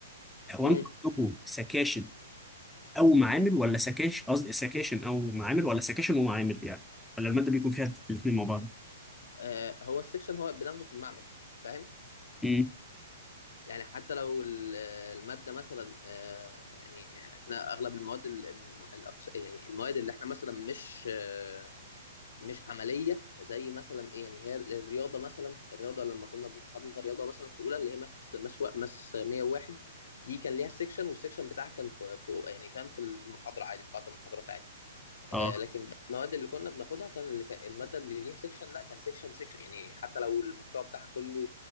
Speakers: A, in the centre; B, on the left (about 65°).
A: هو
B: امم
A: انتوا عندكم سكاشن او معامل ولا سكاش قصدي سكاشن او معامل ولا سكاشن ومعامل يعني ولا الماده بيكون فيها الاثنين مع بعض
B: آه، هو السكشن هو بناخده في المعمل فاهم؟
A: امم
B: يعني حتى لو ال- المادة مثلا آه، يعني احنا اغلب المواد ال- ال- الأقس- يعني المواد اللي احنا مثلا مش آه، مش عملية زي مثلا ايه يعني هي الرياضة مثلا الرياضة لما كنا خدنا رياضة مثلا في اولى اللي هي ماس ماس وا- ماس 101 دي كان ليها سيكشن والسيكشن بتاعها كان في في- يعني فاهم في ال- في المحاضرة عادي في قاعة المحاضرات عادي
A: اه
B: آه، لكن المواد اللي كنا بناخدها كان اللي كان الماده اللي ليها سيكشن لا كان سيكشن سيكشن يعني حتى لو المحتوى بتاعها كله